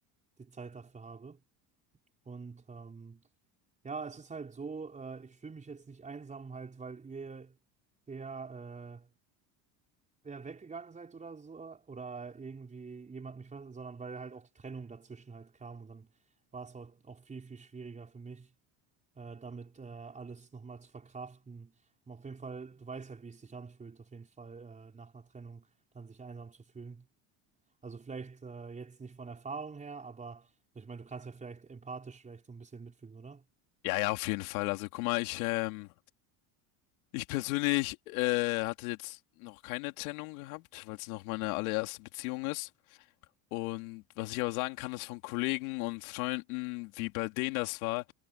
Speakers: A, on the right; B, on the left.
A: die Zeit dafür habe. Und ähm, ja, es ist halt so, äh, ich fühle mich jetzt nicht einsam halt, weil ihr eher, äh, eher weggegangen seid oder so, oder irgendwie jemand mich verlassen, sondern weil halt auch die Trennung dazwischen halt kam und dann war es halt auch viel, viel schwieriger für mich äh, damit äh, alles nochmal zu verkraften. Und auf jeden Fall, du weißt ja, wie es sich anfühlt, auf jeden Fall äh, nach einer Trennung dann sich einsam zu fühlen. Also vielleicht äh, jetzt nicht von Erfahrung her, aber ich meine, du kannst ja vielleicht empathisch vielleicht so ein bisschen mitfühlen, oder?
B: Ja, ja, auf jeden Fall. Also guck mal, ich, ähm, ich persönlich äh, hatte jetzt noch keine Trennung gehabt, weil es noch meine allererste Beziehung ist. Und was ich aber sagen kann, ist von Kollegen und Freunden, wie bei denen das war,